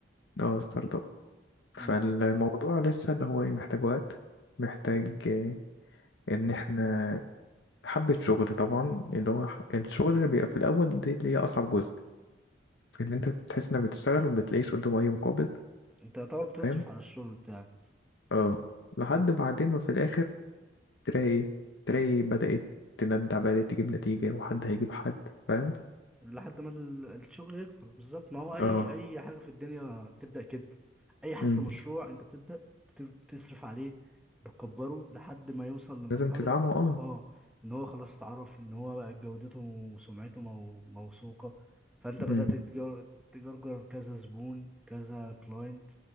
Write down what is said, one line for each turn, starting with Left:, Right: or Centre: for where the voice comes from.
Left: اه ستارت اب
Centre: مم.
Left: فالموضوع لسه اللي هو إيه، محتاج وقت محتاج آه، إن إحنا حبة شغل طبعا اللي هو الشغل اللي بيبقى في الأول دي اللي هي أصعب جزء اللي انت بتحس انك بتشتغل وما بتلاقيش قدامه اي مقابل
Centre: انت يعتبر بتصرف
Left: فاهم
Centre: على الشغل بتاعك
Left: اه لحد بعدين ما في الاخر تلاقي ايه تلاقي بدأت تندع بدأت تجيب نتيجة وحد هيجيب حد فاهم
Centre: لحد ما ال- الشغل يكبر بالظبط ما هو اي
Left: اه
Centre: اي حاجه في الدنيا بتبدا كده اي حتى
Left: مم.
Centre: مشروع انت بتبدا بت- بتصرف عليه بتكبره لحد ما يوصل لمرحله
Left: لازم تدعمه اه
Centre: اه ان هو خلاص اتعرف ان هو بقى جودته وسمعته مو- موثوقه فانت بدات
Left: مم.
Centre: تجر- تجرجر كذا زبون كذا كلاينت